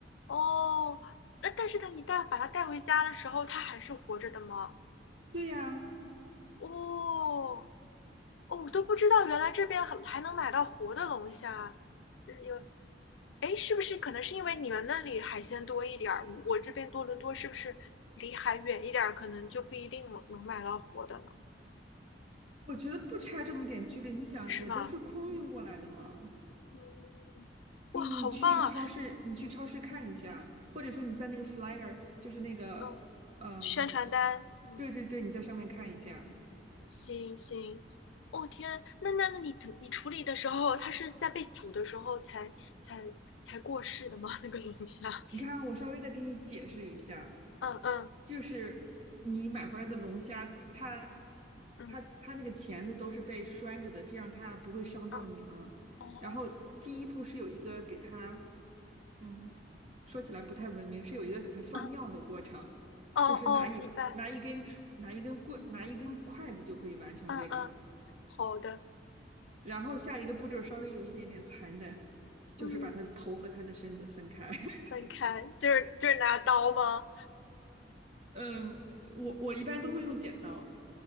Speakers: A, on the left; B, on the right.
A: 哦，那但是他一旦把他带回家的时候，他还是活着的吗？
B: 对呀，
A: 哦哦，我都不知道，原来这边还还能买到活的龙虾。嗯有，哎，是不是可能是因为你们那里海鲜多一点儿，我这边多伦多是不是离海远一点儿，可能就不一定能买到活的了，
B: 我觉得不差这么一点距离，你想也都是空运过来的嘛。
A: 是吧？嗯嗯，
B: 你你去超市，
A: 哇，好棒啊！
B: 你去超市看一下，或者说你在那个 flyer，就是那个，
A: 嗯，
B: 嗯，
A: 宣传单，嗯。
B: 对对对，你在上面看一下。
A: 行行，哦天啊，那那那你怎你处理的时候，它是在被煮的时候才才才过世的吗？<laughs> 那个龙虾？
B: 你看，我稍微的给你解释一下，
A: 嗯嗯
B: 就是你买回来的龙虾，它
A: 嗯
B: 它它那个钳子都是被拴着的，这样它不会伤到你吗？
A: 嗯，哦，
B: 然后第一步是有一个给它，嗯，说起来不太文明，是有一个给它放尿的过程，
A: 嗯哦哦，
B: 就是拿一拿一根拿一根棍拿一根筷子就可以完成这个。
A: 明白，嗯嗯，好的，
B: 然后下一个步骤稍微有一点点残忍，就是把他的头和他的身子分开。
A: 嗯，
B: <laughs>
A: 分开，就是就是拿刀吗？
B: 嗯，我我一般都会用剪刀。